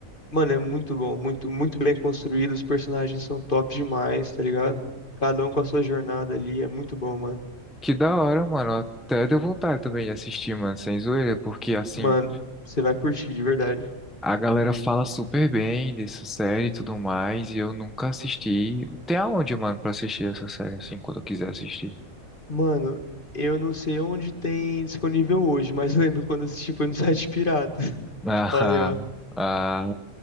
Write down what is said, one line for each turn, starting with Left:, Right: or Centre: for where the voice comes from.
Left: Mano, é muito bom, muito, muito bem construído. Os personagens são top demais, tá ligado? Cada um com a sua jornada ali, é muito bom, mano.
Centre: que da hora, mano. Até deu vontade também de assistir, mano, sem zoeira, porque assim,
Left: Mano, você vai curtir, de verdade.
Centre: a galera fala super bem dessa série e tudo mais, e eu nunca assisti. Tem aonde, mano, pra assistir essa série, assim, quando eu quiser assistir?
Left: Mano, eu não sei onde tem disponível hoje, mas eu lembro quando eu assisti foi no site pirata. <laughs>
Centre: Ah,
Left: Tipo, aí, ó.
Centre: <laughs> ah,